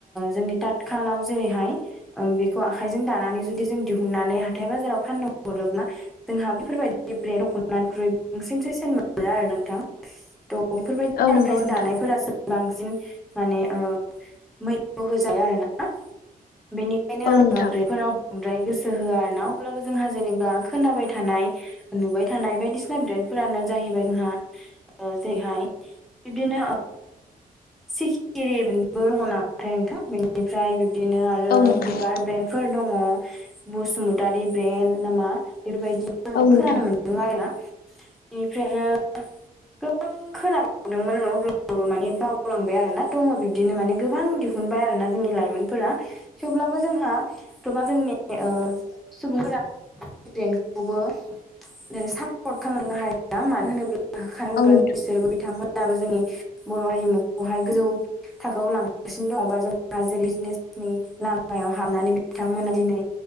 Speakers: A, in the centre; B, on the left.
A: जोंनि तात खाालाव जेरैहाय बे खौ आखाइजों दानानै जुदि जों दिहुननानै हाथाय बाजाराव फाननो हरोब्ला जोंहा बेफोरबायदि ब्रेड दख'नानिख्रुइ बांसिनसो <unintelligible> मोनो आरो नोंथां थ' बेफोरबायदि
B: औ
A: आखाइजों
B: नंगौ नोंथां
A: दानायफोरासो बांसिन माने मैखौ होजायो आरोना बेनि ओंखायनो
B: औ
A: आङो
B: नोंथां
A: ब्रेन्डफोराव बांद्राय गोसो होआ आर ना अब्लाबो जोंहा जेनेबा खोनाबाय थानाय नुबाय थानाय बायदिसिना ब्रेन्ड फोरानो जाहैबाय जोंहा जेरैहाय बिबदिनो सिखिरिबो दङ नामाथाय नोंथां बेनिफ्राय बिदिनो आरो
B: औ नोंथां
A: बिबार ब्रेन्ड फोर दङ बसुमतारि ब्रेन्ड नामा बेफोरबायदि जों
B: औ नोंथां
A: खोनानो मोन दों आरोना बेनिफ्रायनो गोबां खोनाबावदोंमोन अब्ला माने बावलांबाय आरो ना दङ बिब्दिनो माने गोबां दिहुनबाय आरोना जोंनि लाइमोनफोरा थेवब्लाबो जोंहा <unintelligible> जोंनि सुबुंफोरा <unintelligible> खौबोै सापर्ट खालामनो हाया मानो होनोब्ला होखानांगोन
B: औ नोंथां औ नोंथां
A: बिसोरबो बिथांमोनाबो जोंनि बर' हारिमुखौहाय गोजौ थाखोआव लांगासिनो दङबा जोंहा जेरै जिनेसनि लामायाव हाबनानै बिथांमोना दिनै